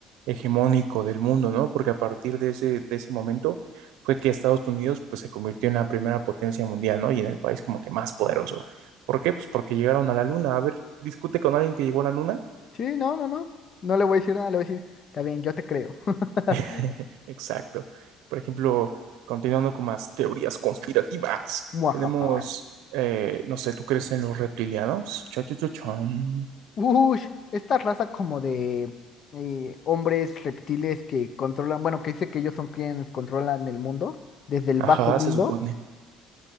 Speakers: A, on the right; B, on the left.
A: hegemónico del mundo, ¿no? Porque a partir de ese, de ese momento fue que Estados Unidos pues se convirtió en la primera potencia mundial, ¿no? Y en el país como que más poderoso. ¿Por qué? Pues porque llegaron a la luna. A ver, discute con alguien que llegó a la luna.
B: Sí, no, no, no. No le voy a decir nada, le voy a decir, está bien, yo te creo. <laughs>
A: <laughs> Exacto. Por ejemplo, continuando con más teorías conspirativas,
B: Muajaja.
A: tenemos, eh, no sé, ¿tú crees en los reptilianos? Cha, cha, cha, chan.
B: Ush, esta raza como de eh, hombres reptiles que controlan, bueno, que dice que ellos son quienes controlan el mundo, desde el
A: Ajá,
B: bajo mundo,
A: se supone.